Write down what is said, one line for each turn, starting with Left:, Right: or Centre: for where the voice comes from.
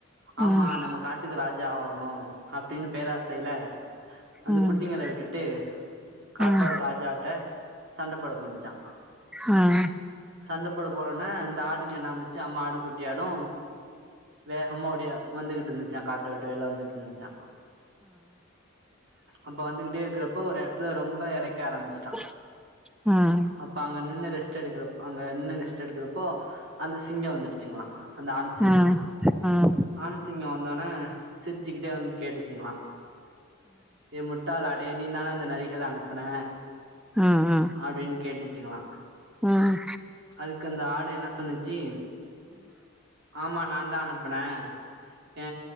Right: ஆமா
Centre: ஆ ஆ
Right: நம்ம காட்டுக்கு ராஜா ஆகனு அப்டின் பேராசைய்ல அந்த
Centre: ஆ
Right: குட்டிங்கள விட்டுட்டு காட்டோட
Centre: ஆ
Right: ராஜாட்ட சண்ட போட போனுச்சா
Centre: உம்
Right: சண்ட போட போனோன இந்த ஆடுங்க என்ன பன்னுச்சா அம்மா ஆடு குட்டி ஆடு வேகமா ஓடிய வந்துகிட்டு இருந்துச்சா காட்ட விட்டு வெளிய வந்துட்டு இருந்துச்சா அப்ப வந்துகிட்டே இருக்குறப்ப ஒரு எடத்துல ரொம்ப எறைக்க ஆரம்பிச்சு
Centre: உஸ் உம்
Right: அப்ப அங்க நின்னு ரெஸ்ட் எடுக்கிறப் அங்க நின்னு ரெஸ்ட் எடுக்கிறப்போ அந்த சிங்க வந்துடுச்சுங்ளா அந்த ஆண் சிங்கோ
Centre: ஆ ஆ ஆ ஆ ஆ
Right: ஆண் சிங்கோ வந்தோன சிரிச்சுக்கிட்டே வந்து கேட்டுச்சுங்ளா ஏ முட்டாள் ஆடே நீ தான அந்த நரிகள அனுப்புன
Centre: உம் உம்
Right: அப்டின் கேட்டுச்சுங்ளா
Centre: உம்
Right: அதுக்கு அந்த ஆடு என்ன சொன்னுச்சு ஆமா நா தா அனுப்புனே ஆ